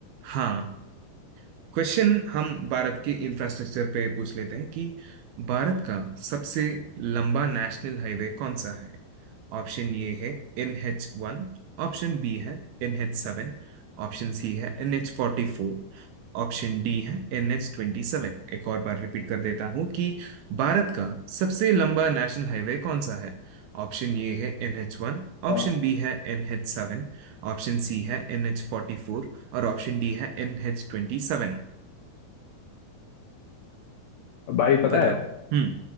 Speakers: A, on the right; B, on the left.
A: हाँ क्वेश्चन हम भारत के इंफ्रास्ट्रक्चर पे पूछ लेते हैं कि भारत का सबसे लंबा नेशनल हाईवे कौन सा है ऑप्शन ए है एन एच वन ऑप्शन बी है एन एच सेवन ऑप्शन सी है एन एच फोर्टी फोर ऑप्शन डी है एन एच ट्वेंटी सेवन एक और बार रिपीट कर देता हूं कि भारत का सबसे लंबा नेशनल हाईवे कौन सा है ऑप्शन ए है N H one
B: आ,
A: option B है N H seven option C है एन एच फोर्टी फोर और ऑप्शन डी है एन एच ट्वेंटी सेवन
B: भाई पता
A: बताओ
B: है
A: हम्म